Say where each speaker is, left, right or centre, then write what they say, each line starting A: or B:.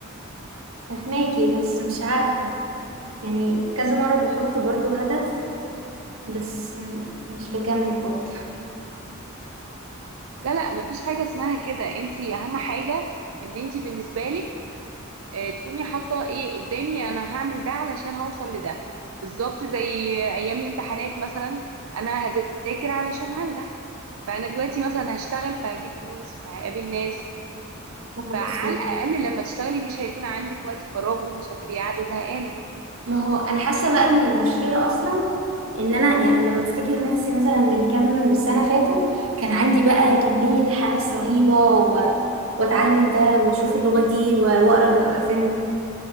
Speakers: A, on the right; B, on the right.
A: فهماكي بس مش عارفة يعني كذا مرة بحط برضو هدف بس م- مش بكمل برضو
B: لا لا مفيش حاجة اسمها كده انت اهم حاجة ان انت بالنسبة لك آه، تكوني حاطة ايه قدامي انا هعمل ده علشان هوصل لده بالظبط زي ايام الامتحانات مثلا انا هذاكر علشان هنجح فانا دلوقتي مثلا هشتغل فهجيب فلوس فهقابل ناس
A: ما هو
B: فعلى
A: بصي
B: الاقل لما تشتغلي مش هيكون عندك وقت فراغ ومش هتبقي قاعدة زهقانة
A: ما هو انا حاسه بقى ان المشكله اصلا ان انا يعني لما بفتكر نفسي مثلا من كام سنه فاتوا كان عندي بقى كميه حماس رهيبه و... واتعلم ده واشوف اللغه دي و- واقرا حرفيا